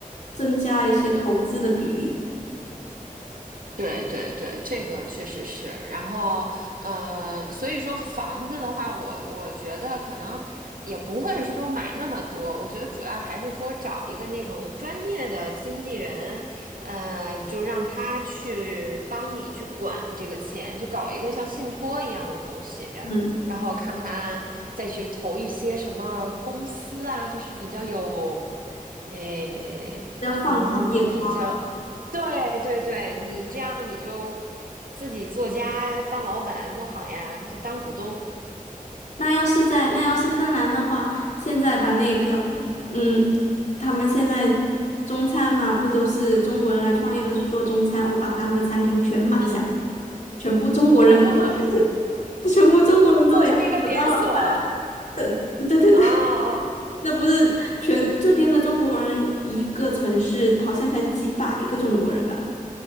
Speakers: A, on the left; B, on the right.
A: 增加一些投资的比例，
B: 对对对，这个确实是。然后，呃，所以说房子的话，我我觉得可能也不会说买那么多。我觉得主要还是说找一个那种专业的经纪人，呃，就让他去帮你去管这个钱，就搞一个像信托一样的东西，
A: 嗯，
B: 然后看看再去投一些什么公司啊，就是比较有。诶，
A: 要放长眼光。
B: 就可能比较对对对，你这样你就自己做家当老板多好呀，就当股东，
A: 那要是在那要是芬兰的话，现在把那个，嗯，他们现在中餐嘛，不都是中国人来创业，都是做中餐，我把他们的餐厅全买下来，
B: 嗯，
A: 全部中国人，
B: <laughs>
A: <laughs> 全部中国人都联我当老。
B: 做成一个连锁，哦
A: 对对对对，
B: 哦
A: 那不是全这边的中国人，一个城市好像才几百个中国人吧，